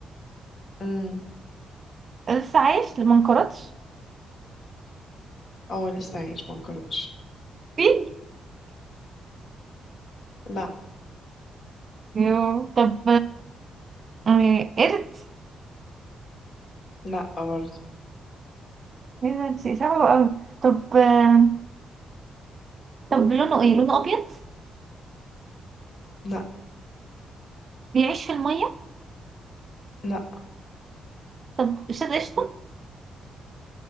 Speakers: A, on the left; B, on the right.
A: امم
B: لسه عايش ما انقرضش
A: اه لسه عايش ما انقرضش
B: فين
A: لا
B: يو. طب آه، قرد
A: لا برضه
B: ايه ده انتي صعبة قوي طب آه، طب لونه ايه لونه ابيض
A: لا
B: بيعيش في المية
A: لا
B: طب استاذ قشطة